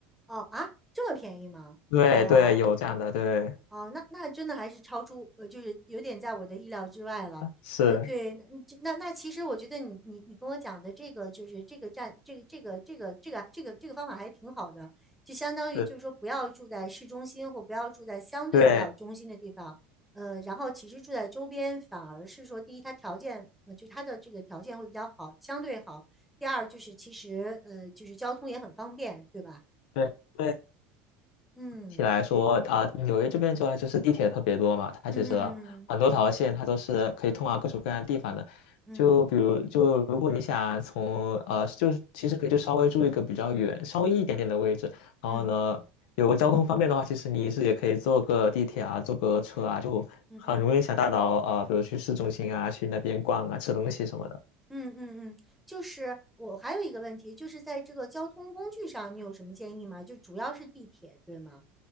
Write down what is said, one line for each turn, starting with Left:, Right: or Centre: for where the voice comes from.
Centre: 哦啊，这么便宜吗？
Left: 对对，
Centre: 哦。
Left: 有这样的，对，
Centre: 哦，那那真的还是超出呃，就是有点在我的意料之外了。
Left: 是，
Centre: 呃，对，那那那其实我觉得你你你跟我讲的这个就是这个站这个这个这个这个这个这个方法还挺好的，就相当于就是说不要住在市中心或不要住在相对比较中心的地方，
Left: 对对
Centre: 呃，然后其实住在周边反而是说第一它条件呃就它的这个条件会比较好，相对好，第二就是其实呃就是交通也很方便，对吧？
Left: 对对
Centre: 嗯
Left: 起来说啊，嗯纽约这边主要就是地铁特别多嘛，它其实很多条线它都是可以通往各种各样的地方的。
Centre: 嗯嗯嗯
Left: 就比如，就如果你想从呃，就是其实可以就稍微住一个比较远、稍微一点点的位置，然后呢，
Centre: 嗯
Left: 有个交通方便的话，其实你是也可以坐个地铁啊，坐个车啊，就很容易想大到呃，
Centre: 嗯嗯嗯。嗯嗯
Left: 比如去市中心啊，去那边逛啊，吃东西什么的。
Centre: 嗯嗯嗯，就是我还有一个问题，就是在这个交通工具上，你有什么建议吗？就主要是地铁，对吗？